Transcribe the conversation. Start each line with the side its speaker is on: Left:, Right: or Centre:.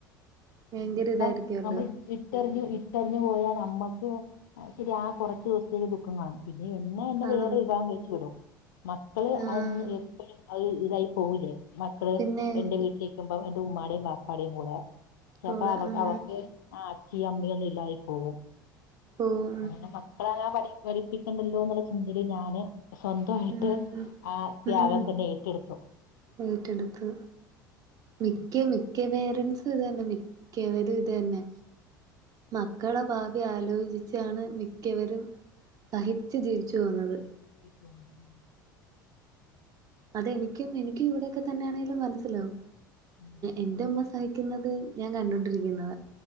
Right: ഭയങ്കര
Left: ആ അപ്പം
Right: ഇതായിരിക്കുവല്ലോ
Left: നമ്മളി ഇട്ടെറിഞ്ഞു ഇട്ടറിഞ്ഞു പോയാൽ നമ്മുക്ക് ശരി ആ കുറച്ച് ദിവസത്തേക്ക് ദുഃഖം കാണും പിന്നെ എന്നോ എന്നെ
Right: കാണും
Left: വേറെ വിവാഹം കഴിച്ച് വിടും മക്കള്
Right: ആഹ്
Left: അതന്ന് എപ്പോഴും അത് ഇതായി പോവില്ലേ മക്കള്
Right: പിന്നെ
Left: എന്റെ വീട്ടിലേ ക്കുമ്പോ എന്റെ ഉമ്മാടെയും ബാപ്പാടെയും കൂടെ ചിലപ്പോ
Right: കൂടെ
Left: അവ
Right: ഉം
Left: അവക്ക് ആ അച്ഛയും അമ്മയും ഒന്നും ഇല്ലാതായി പോവും
Right: ഉം
Left: പിന്നെ മക്കളെ അങ്ങനെ വലി വലിപ്പിക്കണ്ടല്ലോ എന്നുള്ള ചിന്തയില് ഞാന് സ്വന്തം ആയിട്ട്
Right: ഉം
Left: ആ ത്യാഗം
Right: ഉം
Left: തന്നെ ഏറ്റെടുത്തു
Right: ഏറ്റെടുത്ത് മിക്ക
Left: ഉം.
Right: മിക്ക പേരൻസും ഇത് തന്നെ മിക്കവരും ഇത് തന്നെ മക്കടെ ഭാവി ആലോചിച്ചാണ് മിക്കവരും സഹിച്ച് ജീവിച്ച് പോന്നത്
Left: പഠിപ്പിച്ചു. ഉം
Right: അതെനിക്കും എനിക്കും ഇവിടൊക്കെ തന്നെയാണേലും മനസ്സിലാവും
Left: ഉം. ഉം.
Right: എന്റെ ഉമ്മ സഹിക്കുന്നത് ഞാൻ കണ്ടൊണ്ടിരിക്കുന്നതാ